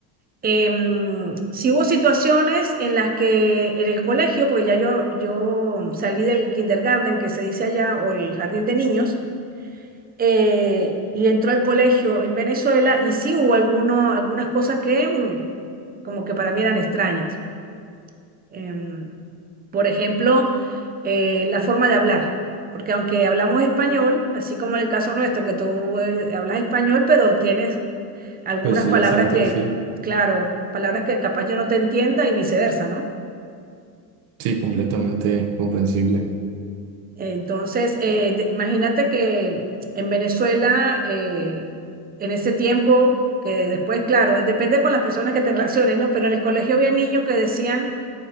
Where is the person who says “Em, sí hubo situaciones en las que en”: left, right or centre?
Right